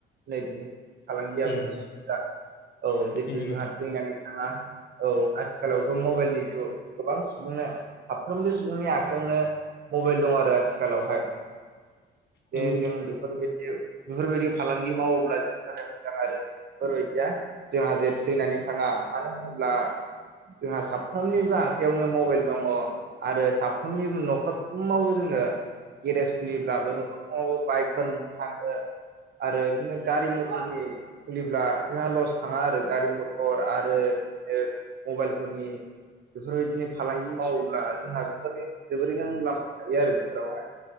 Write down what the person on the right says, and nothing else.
नैबे फालांगियाबो
नोगोद मोजां औ जितु
जोंहा
थैनानै थाङा <unintelligible> औ आथिखालावथ' मबाइलनि जुग गोबां सुबुंनो साफ्रोमबो सुबुंनि आखायावनो मबाइल दं आरो आथिखालावहाय बे
जों बेफोरबायदि बेफोरबायदि फालांगि मावोब्ला जोंनि थाखाय मोजां आरो दि बेफोरबायदिया जोंहा जे थैनानै थाङा मानो होनोब्ला जोंहा साफ्रामनिबो आखाइयावनो मबाइल दङ। आरो साफ्रोमनिबो नखरफ्रोमावबो जोङो गेरेज खुलिब्लाबो नखरफ्रोमावबो बाइकफोर थाङो आरो इदिनो गारि मटरनि खुलिब्ला जोंहा लस थाङा आरो गारि मटर आरो बिदिनो मबाइलफोरनि बेफोरबायदिनो फालांगि मावोब्ला जोंहा जोबोरैनो जोबोरैनो मुलाम्फा थायो आरो बेफोरावहाय